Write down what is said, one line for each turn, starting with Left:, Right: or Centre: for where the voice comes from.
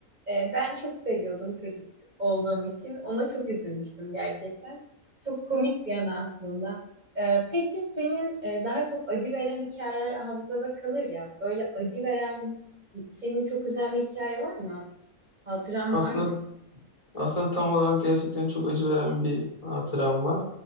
Right: e, ben çok seviyordum çocuk olduğum için. Ona çok üzülmüştüm gerçekten. Çok komik bir an aslında. E, Peki senin e, daha çok acı veren hikayeler hafızada kalır ya. Böyle acı veren, seni çok üzen bir hikaye var mı? Hatıram
Left: Aslında
Right: var mı?
Left: Aslında tam olarak gerçekten çok acı veren bir hatıram var.